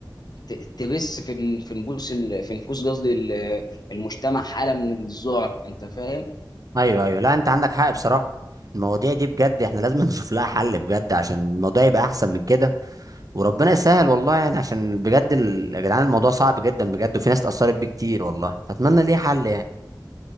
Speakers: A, on the left; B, on the right.
A: ت- تبث في ن- في نفوس ال- في نفوس قصدي ال- المجتمع حاله من الذعر انت فاهم
B: ايوه ايوه لا انت عندك حق بصراحه المواضيع دي بجد احنا لازم <laughs> نشوف لها حل بجد عشان الموضوع يبقى احسن من كده وربنا يسهل والله يعني عشان بجد ال- يا جدعان الموضوع صعب جدا بجد وفي ناس اتأثرت بيه كتير والله فاتمنى ليه حل يعني